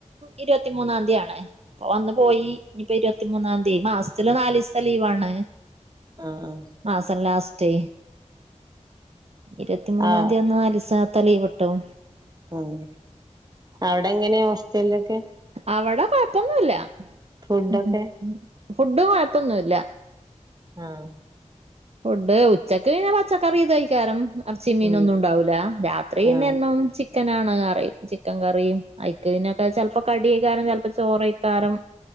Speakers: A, on the right; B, on the right.
A: ഇരുപത്തിമൂന്നാം തീയാണേ ഇപ്പ വന്ന് പോയി ഇനിപ്പോ ഇരുപത്തിമൂന്നാംതീ മാസ്‌ത്തില് നാലീസ്‌ത്തെ ലീവാണ്
B: ആഹ് ആഹ്
A: മാസം ലാസ്റ്റെ ഇരുവത്തിമൂന്നാതി
B: ആഹ് ആഹ്
A: വന്നാ ലിസാതെ ലീവ് ട്ടും
B: ഉം അവടെങ്ങനെയാ ഓസ്റ്റലൊക്കെ
A: അവടെ കൊഴപ്പൊന്നുല്ല
B: ഫുഡൊക്കെ
A: മ് മ് ഫുഡും കൊഴപ്പൊന്നുല്ല
B: ആഹ്
A: ഫുഡ് ഉച്ചക്ക്ന്നെ പച്ചക്കറി ഇതയ്ക്കാരം എർച്ചീം മീനൊന്നുണ്ടാവൂലാ
B: ഉം
A: രാത്രി പിന്നെന്നും
B: ആഹ്
A: ചി ക്കനാണ് കറി ചിക്കകറിയും ഐക്ക്‌ പിന്നെക്കാ ചെൽപ്പോ കടിക്കാരം ചെൽപ്പ ചോറായിക്കാരം